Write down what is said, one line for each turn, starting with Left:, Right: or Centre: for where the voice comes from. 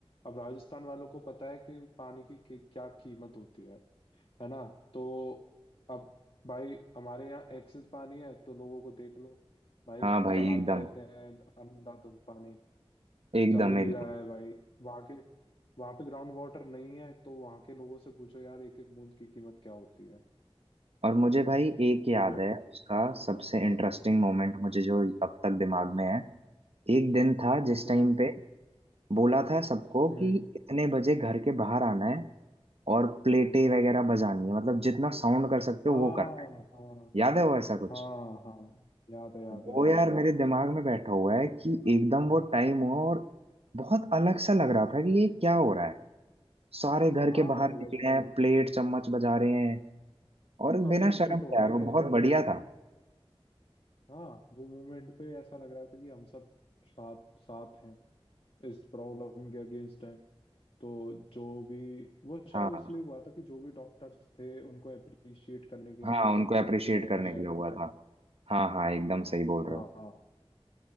Left: अब राजस्थान वालों को पता है कि पानी की कि- क्या कीमत होती है है ना तो अब भाई हमारे यहाँ एक्सेस पानी है तो लोगों को देख लो भाई
Right: हाँ भाई
Left: चलाते
Right: एकदम
Left: रहते हैं अंधाधुंध पानी
Right: एकदम
Left: चल ही
Right: एकदम
Left: रहा है भाई वहां के वहां पे ग्राउंड वाटर नहीं है तो वहां के लोगों से पूछो यार एक एक बूंद की कीमत क्या होती है
Right: और मुझे भाई एक याद
Left: तो
Right: है उसका सबसे इंटरेस्टिंग मोमेंट मुझे जो अब तक दिमाग में है एक दिन था जिस
Left: हम्म
Right: टाइम पे बोला था सबको
Left: हम्म
Right: कि इतने बजे घर के बाहर आना है और प्लेटें वगैरह बजानी है मतलब जितना साउंड कर सकते
Left: हाँ
Right: हो वो कर
Left: हाँ
Right: याद है वो ऐसा कुछ
Left: हाँ हाँ याद है याद
Right: वो
Left: है याद
Right: यार
Left: है
Right: मेरे दिमाग में बैठा हुआ है कि एकदम वो टाइम हुआ और बहुत अलग सा लग रहा था कि ये क्या हो रहा है सारे घर
Left: हाँ
Right: के बाहर
Left: मतलब
Right: निकले हैं प्लेट चम्मच बजा रहे हैं और
Left: सब
Right: बिना
Left: एकजुट
Right: शर्म के
Left: हो गए
Right: यार वो बहुत बढ़िया था
Left: हाँ वो मूवमेंट पे ऐसा लग रहा था कि हम सब साथ साथ हैं इस प्रॉब्लम के अगेंस्ट हैं तो जो भी वो शायद
Right: हाँ
Left: उसलिए हुआ था कि जो भी डॉक्टर्स थे उनको अप्रिशिएट करने के
Right: हाँ
Left: लिए
Right: उनको अप्रिशिएट
Left: हुआ
Right: करने
Left: था शायद
Right: के लिए हुआ
Left: कुछ ऐसे
Right: था हाँ हाँ एकदम सही बोल रहे
Left: हाँ
Right: हो
Left: हाँ